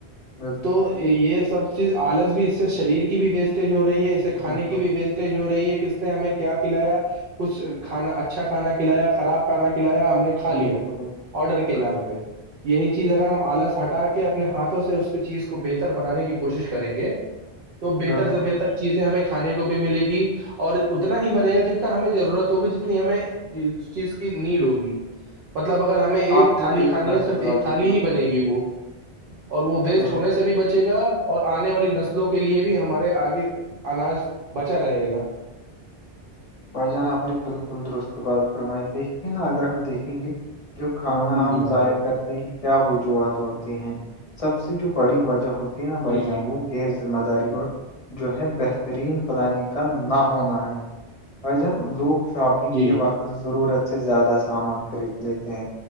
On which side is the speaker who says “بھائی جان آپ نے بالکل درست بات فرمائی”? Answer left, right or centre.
Left